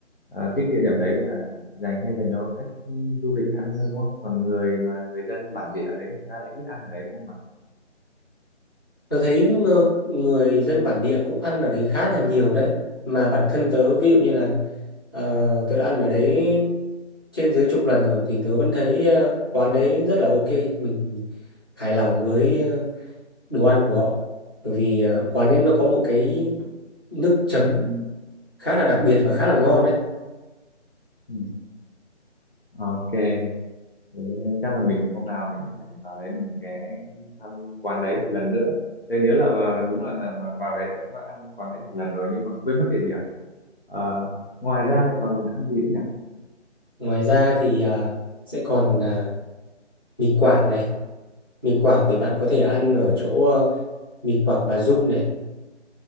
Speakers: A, on the left; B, on the left.
A: ờ, cái địa điểm đấy là dành hay dành cho khách du lịch ăn hơn đúng không còn người mà người dân bản địa đấy người ta lại ít ăn ở đấy đúng không ạ
B: Tớ thấy ngơ- người dân bản địa cũng ăn ở đấy khá là nhiều đấy. Mà bản thân tớ ví dụ như là ờ, tớ đã ăn ở đấy trên dưới chục lần rồi thì tớ vẫn thấy ờ, quán đấy rất là ok. Mình hài lòng với ờ, đồ ăn của họ. Bởi vì ờ, quán ấy nó có một cái nước chấm khá là đặc biệt và khá là ngon đấy.
A: Ừ. Ok Thế chắc là mình hôm nào mình sẽ vào đấy mình ghé thăm quán đấy một lần nữa. Tôi nhớ là vào- đúng là, là, là vào đấy tôi cũng đã ăn quán đấy một lần rồi nhưng mà quên mất địa điểm. Ờ, ngoài ra thì còn ăn gì nữa nhỉ?
B: Ngoài ra thì à, sẽ còn là mì Quảng này. Mì Quảng thì bạn có thể ăn ở chỗ ờ, mì Quảng Bà Dung này.